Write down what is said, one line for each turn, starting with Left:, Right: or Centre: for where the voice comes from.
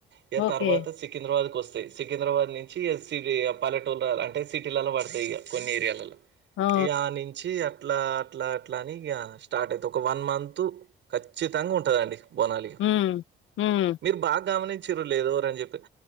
Right: నేను
Left: ఓకే.
Right: తర్వాత సికింద్రాబాద్ కు వస్తాయి. సికింద్రాబాద్ నుంచి పల్లెటూర్లలో అంటే సిటీలలా పడతాయి ఇగ కొన్ని ఏరియాలలో
Left: ఆ!
Right: ఇగ ఆనుం చీ అట్లా అట్లా అట్లా అని స్టార్ట్ అయితాయి. ఒక వన్ మంత్ ఖచ్చితంగా ఉంటాది అండి బోనాలిగ.
Left: మ్ మ్
Right: మీరు బాగా గమనించిరో లేదో ఎవరు అని చెప్పి